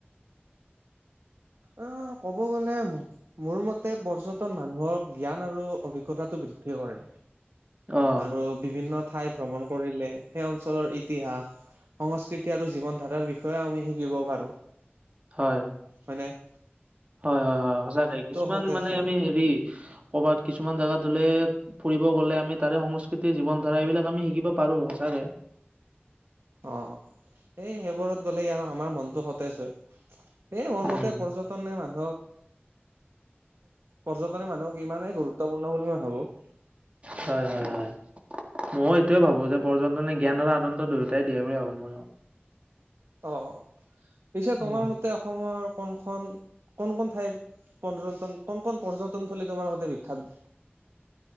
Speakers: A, on the right; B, on the right.
A: অ ক'ব গ'লে মোক- মোৰ মতে পৰ্যটন মানুহক জ্ঞান আৰু অভিজ্ঞতাটো বৃদ্ধি কৰে।
B: অ
A: আৰু বিভিন্ন ঠাই ভ্ৰমণ কৰিলে সেই অঞ্চলৰ ইতিহাস- সংস্কৃতি আৰু জীৱন ধাৰাৰ বিষয়েও আমি শিকিব পাৰোঁ।
B: হয়।
A: মানে -
B: হয় হয় হয় সচাকে কিছুমান
A: সতেজ
B: মানে
A: হয়
B: আমি হেৰি কৰবাত কিছুমান জেগাত গলে- ফুৰিব গলে আমি তাৰে সংস্কৃতি জীৱন ধাৰা এইবিলাক আমি শিকিব পাৰো সঁচাকে।
A: অ, এই সেইবোৰত গ'লে আৰু আমাৰ মনটো সতেজ হয়। এ মোৰ
B: উম
A: মতে পৰ্যটন নে মানুহক- পৰ্যটনে মানুহক ইমানেই গুৰুত্বপূৰ্ণ বুলি মই ভাবো-
B: হয় হয় হয়। ময়ো এইটোৱে ভাবো যে পৰ্যটনে জ্ঞান আৰু আনন্দ দুয়োটাই দিয়ে বুলি ভাবো মই।
A: অ, পিছে তোমাৰ
B: উম।
A: মতে অসমৰ কোনখন কোন কোন ঠাইত - পৰ্যটন কোন কোন পৰ্যটন থলী তোমাৰ মতে বিখ্যাত?